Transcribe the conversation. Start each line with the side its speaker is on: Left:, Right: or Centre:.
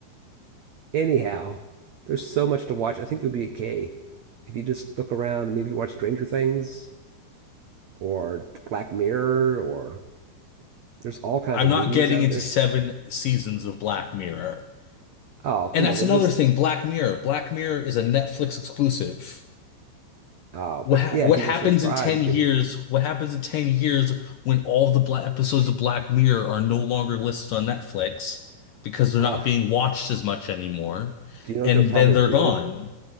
Right: anyhow, there's so much to watch. I think you'll be okay if you just look around and maybe watch Stranger Things or Black Mirror or there's all kinds
Left: I'm
Right: of
Left: not
Right: movies
Left: getting
Right: out
Left: into
Right: there.
Left: seven seasons of Black Mirror.
Right: Oh,
Left: And
Right: come
Left: that's
Right: on, they're
Left: another
Right: just
Left: thing, Black Mirror. Black Mirror is a Netflix exclusive.
Right: oh,
Left: What
Right: but
Left: ha
Right: yeah,
Left: what
Right: if you
Left: happens
Right: just subscribe,
Left: in 10
Right: you
Left: years?
Right: can.
Left: What happens in 10 years when all the black episodes of Black Mirror are no longer listed on Netflix because they're
Right: Oh,
Left: not being watched as much anymore,
Right: do you know
Left: and
Right: what they'll probably
Left: then they're
Right: do?
Left: gone.